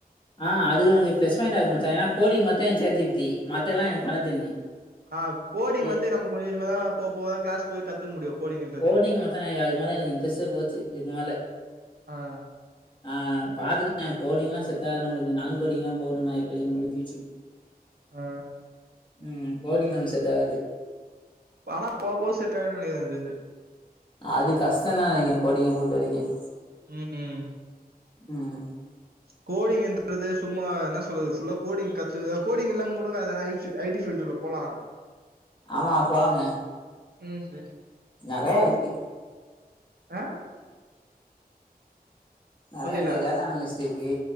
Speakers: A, on the left; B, on the right.
A: ஆ அது எனக்கு ப்ளஸ் பாயிண்ட் ஆக மச்சா ஏனா கோடிங் மட்டும் எனக்கு ஜேட் ஜி பி டி மத்ததெல்லா எனக்கு பண்ண தெரியும்
B: ஆ கோடிங்
A: ஏ
B: வந்து நம்ப கொஞ்ச கொஞ்சமா போக போக தா கிளாஸ் போய் கத்துக்க முடியு கோடிங்
A: கோடிங் மச்சா எனக்கு அதுக்கு மேல எனக்கு இன்ட்ரெஸ்ட்டே போச்சி இதுக்கு மேல
B: ஆ
A: ஆ பாத்துட்டே கோடீங்கலா செட்டாது நம்மளுக்கு நாலு கோடிங்கலா போணுண்ணா இப்போ முடிஞ்சிச்சு
B: ஆ
A: ம் கோடிங் நமக் செட்டாகாது
B: ஆனா போக போக செட் ஆயிடு நெனைக்கிறே எனக்கு தெரிஞ்சு
A: அது கஷ்டந்தான் நெனைக்கிறே கோடிங்க பொறுத்த வரைக்கும்
B: ம்
A: ம்
B: கோடிங்ன்றது சும்மா என்ன சொல்றது ஃபுல்லா கோடிங் கத்து கோடிங்ல்லாம கூட வேறனா ஐ ஐ டி பீல்டுல்ல போலா
A: ஆமா போலாமே
B: ம்
A: நெறையா இருக்கு
B: ஆ
A: நெறய
B: புரில
A: டேட்டா அனாலிசிஸ் ருக்கு